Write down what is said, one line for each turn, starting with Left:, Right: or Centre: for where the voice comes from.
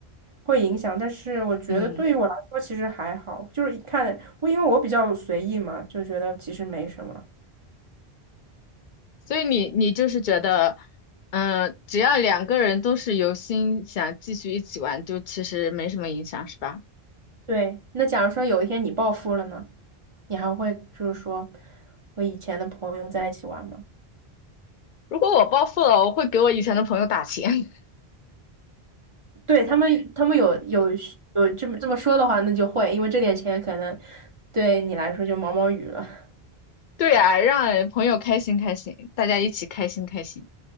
Right: 会影响。但是我觉得对于我来说，
Left: 嗯，
Right: 其实还好，就是一看我，因为我比较随意嘛，就觉得其实没什么。
Left: 所以你你就是觉得，嗯、只要两个人都是有心想继续一起玩，就其实没什么影响，是吧？
Right: 对，那假如说有一天你暴富了呢，你还会就是说和以前的朋友在一起玩吗？
Left: 如果我暴富了，我会给我以前的朋友打钱。
Right: 对，他们，他们有有有这么这么说的话，那就会，因为这点钱可能对你来说就毛毛雨了。
Left: 对啊，让朋友开心开心，大家一起开心开心。